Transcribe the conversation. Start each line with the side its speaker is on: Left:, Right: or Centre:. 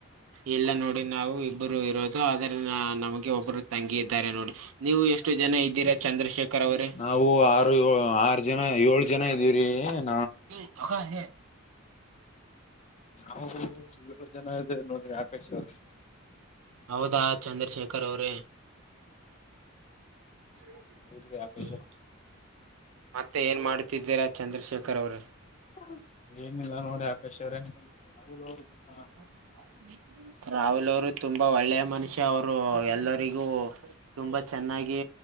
Right: ಇಲ್ಲ ನೋಡಿ ನಾವು ಇಬ್ಬರು ಇರೋದು. ಸೊ ಆದರಿನ ನಮಗೆ ಒಬ್ರು ತಂಗಿ ಇದ್ದಾರೆ ನೋಡಿ ನೀವು ಎಷ್ಟು ಜನ ಇದ್ದೀರಾ ಚಂದ್ರಶೇಖರ್ ಅವ್ರೆ.
Left: ನಾವು ಆರು ಆರು ಜನ ಏಳ್ ಜನ ಇದೀವ್ರೀ ನೀವು.
Right: ಕ <unintelligible>
Left: ನಾ ಇಳ ಜನ ಇದೆ ನೋಡ್ರಿ ಆಕಾಶ ಅವ್ರಿ
Right: ಹೌದಾ ಚಂದ್ರಶೇಖರ್ ಅವ್ರೇ. ಹ್ಮ್
Left: ಹೌದ್ರಿ ಆಕಾಶ್ ಅವ್ರ
Right: ಮತ್ತೆ ಏನು ಮಾಡುತ್ತಿದ್ದೀರಾ ಚಂದ್ರಶೇಖರ್ ಅವರೇ.
Left: <unintelligible> ಏನಿಲ್ಲ ನೋಡಿ ಆಕಾಶ್ ಅವರೇ <unintelligible>
Right: <unintelligible> ರಾಹುಲ್ ಅವರು ತುಂಬಾ ಒಳ್ಳೆ ಮನುಷ್ಯ ಅವರು ಎಲ್ಲರಿಗೂ ತುಂಬಾ ಚೆನ್ನಾಗಿ